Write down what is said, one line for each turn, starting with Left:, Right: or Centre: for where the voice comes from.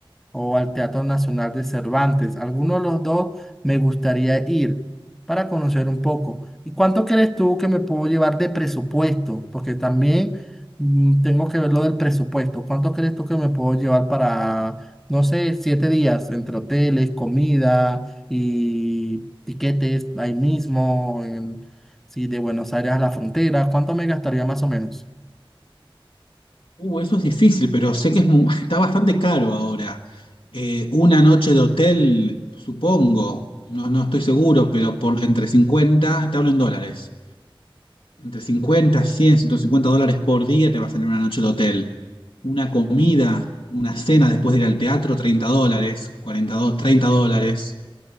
Centre: o al Teatro Nacional de Cervantes. Alguno de los dos me gustaría ir para conocer un poco. ¿Y cuánto crees tú que me puedo llevar de presupuesto? Porque también mm, tengo que ver lo del presupuesto. ¿Cuánto crees tú que me puedo llevar para, no sé, siete días entre hoteles, comida y tiquetes ahí mismo, en- sí, de Buenos Aires a la frontera? ¿Cuánto me gastaría más o menos?
Left: Uh, eso es difícil, pero sé que es mu- <laughs> está bastante caro ahora. Eh, una noche de hotel, supongo, no, no estoy seguro, pero por entre 50 te hablo en dólares, entre cincuenta cien ciento cincuenta dólares por día te va a salir una noche de hotel. Una comida, una cena después de ir al teatro, treinta dólares, cuarenta do- 30 dólares.